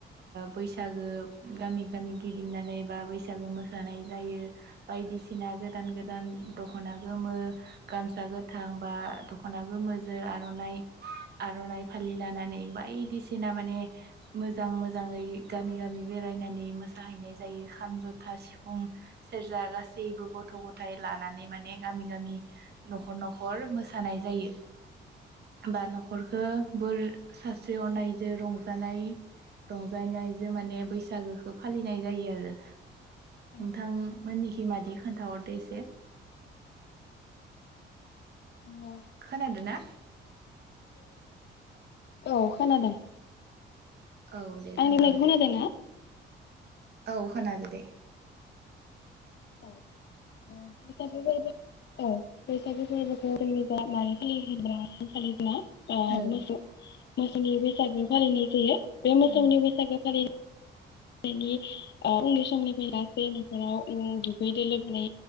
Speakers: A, on the right; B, on the left.
A: बैसागो गामि गामि गिदिंनानै बा बैसागु मोसानाय जायो। बायदिसिना गोदान गोदान दख'ना गोमो गामसा गोथां बा दख'ना गोमोजों आर'नाइ आर'नाइ फालि लानानै बायदिसिना माने मोजां मोजाङै गामि गामि बेरायनानै मोसाहैनाय जायो खाम, जथा, सिफुं, सेरजा गासैबो गासैबो गथ'-गथाय लानानै माने गामि-गामि न'खर न'खर मोसानाय जायो बा न'खर ओ बोर सास्रिहरनाय जों रंजानाय रंजानायजों माने बैसागोखौ फालिनाय जायो आरो नोंथांमोननि
B: औ
A: मादि खोनथाहरदो एसे
B: ओं
A: खोनादों ना?
B: <unintelligible> औ खोनादों
A: औ दे
B: आंनि
A: खोन्थाहरदो
B: बुंनायखौ खोनादों ना?
A: औ खोनादों दे
B: औ बैसागो फोरबोखौ औ बैसागु फोरबोखौ जोंनि जा मानो फालियो फालिबा <unintelligible> आ
A: औ
B: मोसौ मोसौनि बैसागु फालिनाय जायो। बे मोसौनि
A: औ
B: बैसागो फालि नि आ उन्दै समनिफ्राय लासै न'खराव दुगैयै लोबै